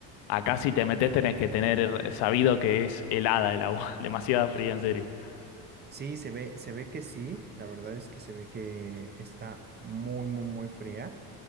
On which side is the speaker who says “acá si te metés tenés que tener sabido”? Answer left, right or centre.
Left